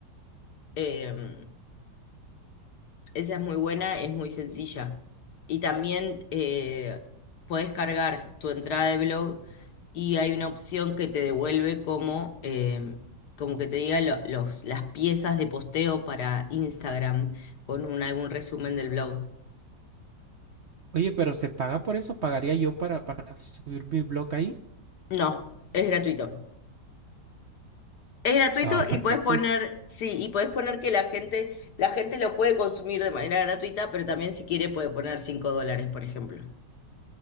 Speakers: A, on the left (about 70°); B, on the right (about 55°).
A: em, Esa es muy buena, es muy sencilla. Y también eh, podés cargar tu entrada de blog y hay una opción que te devuelve como, eh, como que te diga lo- los, las piezas de posteo para Instagram con un, algún resumen del blog.
B: Oye, pero ¿se paga por eso? ¿Pagaría yo para, para subir mi blog ahí?
A: No, es gratuito. Es gratuito
B: Ah, perfecto.
A: y puedes poner, sí, y puedes poner que la gente, la gente lo puede consumir de manera gratuita, pero también si quiere puede poner 5 dólares, por ejemplo.